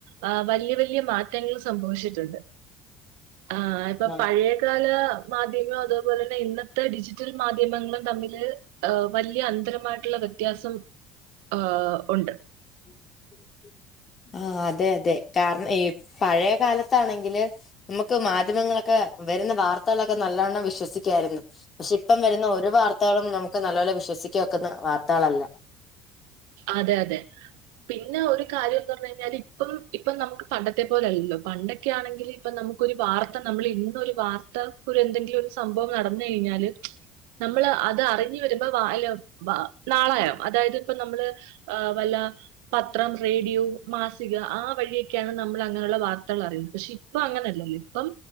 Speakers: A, on the right; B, on the left.
A: ആഹ് വല്യ വല്യ മാറ്റെങ്ങെള് സംഭവിച്ചിട്ടുണ്ട് ആഹ് ഇപ്പം
B: ആ
A: പഴേ കാലാ മാധ്യങ്ങളും അതേപോലെന്നെ ഇന്നത്തെ ഡിജി റ്റൽ മാധ്യം മങ്ങൾ തമ്മില് വല്യ അന്തരമായ്ട്ട്ള്ള വ്യത്യാസം ആഹ് ഉണ്ട്
B: <unintelligible> ആഹ് അതെ അതെ കാര്ണം ഈ പഴേ കാലത്താണെങ്കില് നമുക്ക് മാധ്യമങ്ങളൊക്കെ വര്ന്ന വാർത്തകളൊക്കെ നല്ലവണ്ണം വിശ്വസിക്ക്യാര്ന്നു പക്ഷെ ഇപ്പം വര്ന്ന ഒരു വാർത്തകളും നമുക്ക് നല്ലോലെ വിശ്വസിക്കാ ഒക്ക്ന്ന വാർത്തകളല്ലാ
A: അതെ അതെ പിന്നെ ഒരു കാര്യംന്ന് പർഞ്ഞ് കയ്ഞ്ഞാല് ഇപ്പം ഇപ്പം നമുക്ക് പണ്ടത്തെ പോലെല്ലല്ലോ പണ്ടെ ക്കെ ആണെങ്കില് ഇപ്പം നമുക്കൊര് വാർത്ത നമ്മെള് ഇന്നൊരു വാർത്ത ഒരെന്തെങ്കിലു ഒരു സംഭവം നടന്ന് കയ്ഞ്ഞാല് നമ്മള് അത് അറിഞ്ഞ് വരുമ്പം വാ യ്ല് വാ നാളായോ അതായത് പ്പം നമ്മള് ആഹ് വല്ലാ പത്രം റേഡിയോ മാസിക ആ വഴിയൊക്കെയാണ് നമ്മള് അങ്ങനെള്ള വാർത്തകൾ അറിയുന്നെ പക്ഷെ ഇ പ്പം അങ്ങനെല്ലല്ലോ ഇപ്പം